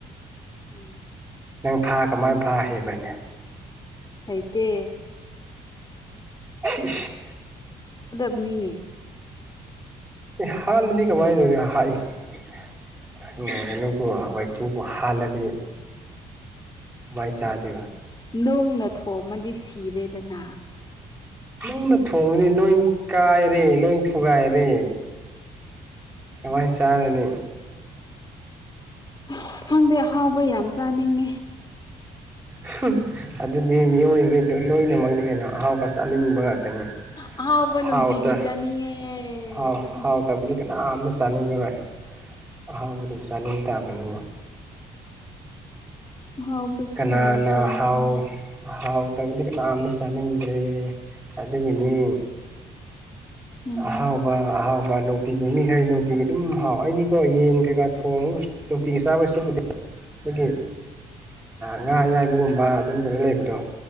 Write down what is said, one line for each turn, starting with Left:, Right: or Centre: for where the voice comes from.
Left: ꯎꯝ
Right: ꯅꯪ ꯐꯥ ꯀꯃꯥꯏꯅ ꯐꯥ ꯍꯩꯕꯅꯦ
Left: ꯍꯩꯇꯦ
Right: ꯏꯁ
Left: ꯗꯨꯅꯤꯅꯦ
Right: ꯑꯦ ꯍꯥꯠꯂꯗꯤ ꯀꯃꯥꯏꯅ ꯍ ꯑꯦ <unintelligible> ꯋꯥꯏꯈꯨꯕꯨ ꯍꯥꯠꯂꯗꯤ ꯀꯃꯥꯏ ꯆꯥꯗꯣꯏꯕ
Left: ꯅꯨꯡꯅ ꯊꯣꯝꯃꯗꯤ ꯁꯤꯔꯦꯗꯅ
Right: ꯅꯨꯡꯅ ꯊꯣꯡꯂꯗꯤ ꯂꯣꯏ ꯀꯥꯏꯔꯦ ꯂꯣꯏ ꯊꯨꯒꯥꯏꯔꯦ ꯀꯃꯥꯏ ꯆꯥꯔꯅꯤ
Left: ꯑꯁ ꯈꯪꯗꯦ ꯑꯍꯥꯎꯕ ꯌꯥꯝ ꯆꯥꯅꯤꯡꯉꯤ
Right: ꯍꯨꯝ ꯑꯗꯨꯗꯤ ꯃꯤꯑꯣꯏꯕꯩ ꯂꯣꯏꯅꯃꯛꯅꯤ ꯀꯩꯅꯣ ꯑꯍꯥꯎꯕ ꯆꯥꯅꯤꯡꯕ ꯉꯥꯛꯇꯅꯤ
Left: ꯑꯍꯥꯎꯕ ꯅꯨꯡꯇꯤꯒꯤ
Right: ꯍꯥꯎꯇ
Left: ꯆꯥꯅꯤꯡꯉꯦ
Right: ꯍꯥꯎ ꯍꯥꯎꯇꯕꯗꯤ ꯀꯥ ꯌꯥꯝꯅ ꯆꯥꯅꯤꯡꯉꯔꯣꯏ ꯑꯍꯥꯎꯕ ꯑꯗꯨꯝ ꯆꯥꯅꯤꯡ ꯇꯥꯕꯅꯤ
Left: ꯑꯍꯥꯎꯕꯁꯦ
Right: ꯀꯅꯥꯅ
Left: ꯌꯥꯝ ꯆꯥꯅꯤꯡꯉꯦ
Right: ꯍꯥꯎ ꯑꯍꯥꯎ ꯇꯕꯗꯤ ꯀꯅꯥꯝꯅ ꯆꯥꯅꯤꯡꯗ꯭ꯔꯦ ꯑꯗꯨꯒꯤꯅꯤ
Left: ꯎꯝ
Right: ꯑꯍꯥꯎꯕ ꯑꯍꯥꯎ ꯅꯨꯡꯇꯤꯒꯤ ꯃꯤꯈꯥꯔꯗꯤ ꯅꯨꯡꯇꯤꯒꯤ ꯑꯗꯨꯝ ꯍꯥꯎ ꯑꯩꯗꯤꯀꯣ ꯌꯦꯟ ꯀꯩꯀꯥ ꯊꯣꯡꯉ ꯅꯨꯡꯇꯤꯒꯤ ꯆꯥꯕ ꯁꯔꯨꯛꯄꯨꯗꯤ ꯑꯩꯈꯣꯏꯒꯤ ꯉꯥ ꯑꯌꯥꯏꯕꯒꯨꯝꯕ ꯑꯗꯨꯝ ꯀꯩꯅꯣ ꯂꯩꯕꯗꯣ